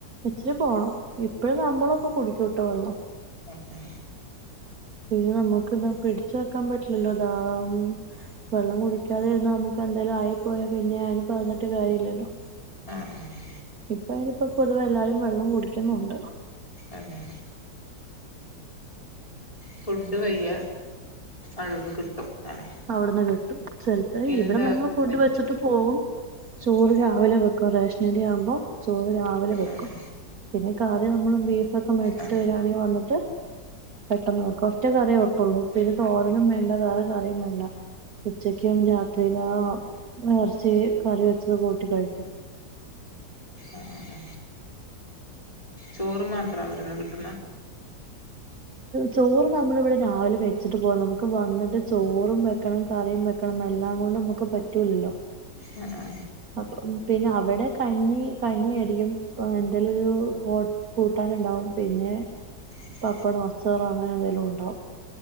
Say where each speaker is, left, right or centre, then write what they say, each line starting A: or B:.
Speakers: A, on the right; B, on the left.
A: ഇച്ചിരി പോണം ഇപ്പഴും നമ്മളൊക്കെ കുടിക്കൂട്ടോ വെള്ളം.
B: അതെ
A: പിന്നെ നമുക്ക് എന്താ പിടിച്ച വെക്കാൻ പറ്റില്ലല്ലോ ദാന്ന് വെള്ളം കുടിക്കാതെ ഇരുന്നാ നമുക്ക് എന്തേലും ആയി പോയാ പിന്നെ അയിന് പറഞ്ഞിട്ട് കാര്യ ഇല്ലല്ലോ.
B: ആ ആഹ്
A: ഇപ്പ അയിനിപ്പോ പൊതുവെ എല്ലാരും വെള്ളം കുടിക്കുന്നുണ്ട്
B: അതെ ഫുഡ് വെയ്യ അവിട്ന്ന് കിട്ടും അല്ലെ
A: അവിട്ന്ന് കിട്ടും ചെൽപം
B: എന്താ
A: ഇവിടെ നമ്മൾ
B: അത്
A: ഫുഡ്
B: കഞ്ഞി
A: വെച്ച ഇട്ട് പോകും ചോറ് രാവിലെ വെക്കും റേഷനരി ആവുമ്പോ ചോറ് രാവിലെ വെക്കും
B: ആഹ്
A: പിന്നെ കറി നമ്മള് ബീഫ്‌ ഒക്കെ മേടിച്ചിട്ട്
B: ആഹ്
A: വരി വാണെങ്കിൽ വന്നിട്ട് പെട്ടെന്ന് വെക്കും. ഒറ്റ കറിയേ വെക്കുള്ളൂ പിന്നെ തോരനും വേണ്ട വേറെ കറിയും വേണ്ട ഉച്ചക്കും രാത്രിയില ആ ഇറച്ചി കറി വെച്ചത് കൂട്ടി കഴിക്കും
B: ആ ആ ആ ചോറ് മാത്രവിടെന്ന് കിട്ടുന്ന
A: ചോറ് നമ്മള് ഇവിടെ രാവിലെ വെച്ചിട്ട് പോവ നമുക്ക് വന്നിട്ട് ചോറും വെക്കണം കറിയും വെ എല്ലാം കൊണ്ടും നമുക്ക് പറ്റൂലല്ലോ
B: ആ ആ
A: അപ്പം പിന്നെ അവിടെ കഞ്ഞീ കഞ്ഞി ആയിരിക്കും പ്പൊ എന്തേലുംരു <unintelligible> കൂട്ടാനുണ്ടാവും പിന്നെ
B: <unintelligible>
A: പപ്പടോ അച്ചാറോ അങ്ങനെ എന്തെലും ഉണ്ടാവും